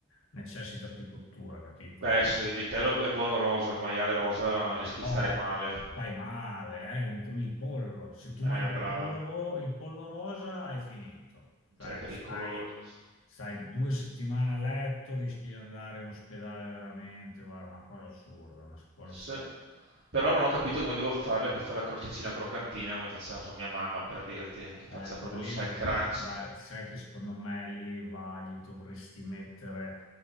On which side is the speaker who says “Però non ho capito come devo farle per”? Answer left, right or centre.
Right